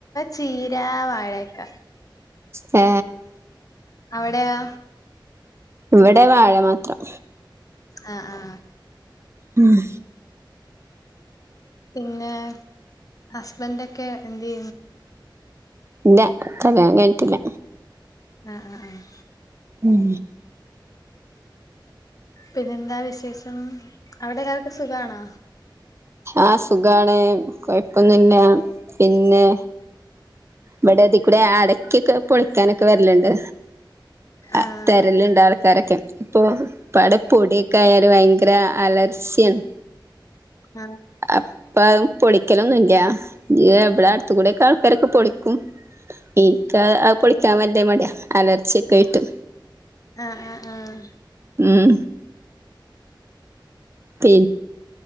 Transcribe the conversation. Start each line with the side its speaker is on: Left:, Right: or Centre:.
Left: ചീര വാഴക്ക
Right: ഏ
Left: അവിടെയോ
Right: ഇവിടെ വാഴെ മാത്രം
Left: ആഹ ആഹ
Right: ഉഹ
Left: പിന്നെ ഹസ്ബൻഡ ഒക്കെ എന്ന്ത്
Right: ന്താ കല്യാണം കഴിച്ചിട്ടില്ല
Left: ആഹ ആഹ ആഹ
Right: ഉം
Left: പിന്നെന്താ വിശേഷം അവിടെ എല്ലാവർക്ക സുഖണോ
Right: ആ സുഖാണ് കുഴപ്പൊന്നുമില്ല പിന്നെ ബടതി കൂടെ ആടെ <inaudible> ക്കൊക്കെ പൊളിക്കാനൊക്കെ വരലണ്ട് ആ
Left: ആഹ്
Right: തെരലുണ്ട് ആൾക്കാരൊക്കെ ഇപ്പൊ പടെ പൊടിയൊക്കെ ആയല് ഭയങ്കര അലർച്ചിയാണ്
Left: ആഹ്
Right: ആ് അപ്പ അതും പൊടിക്കലൊന്നുമല്ല എവിടെ അടുത്ത കൂടെ കാ പരൊക്കെ പൊിക്ക ക്ക ഇക്ക പൊളിക്കാൻ വല്ലേ മട അലർച്ചിയൊക്കെ ഇട്ട്
Left: ആഹ ആഹ ആഹ
Right: ഉഏ പി